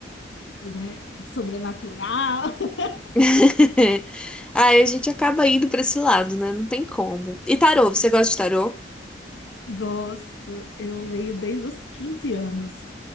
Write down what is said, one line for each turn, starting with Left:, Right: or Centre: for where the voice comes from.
Left: de, né, sobrenatural. <laughs>
Centre: <laughs> Aí a gente acaba indo pra esse lado, né? Não tem como. E tarô, você gosta de tarô?
Left: Gosto, eu leio desde os 15 anos.